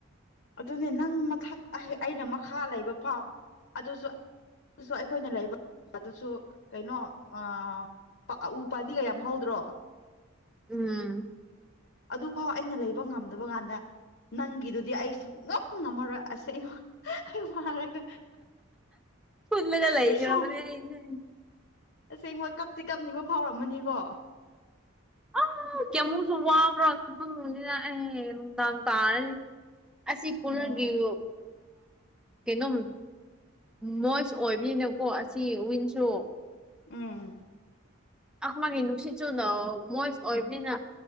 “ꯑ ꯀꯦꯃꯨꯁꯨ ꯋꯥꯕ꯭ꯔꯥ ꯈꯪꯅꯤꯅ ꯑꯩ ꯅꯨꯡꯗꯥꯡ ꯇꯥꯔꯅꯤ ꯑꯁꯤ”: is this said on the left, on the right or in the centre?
Centre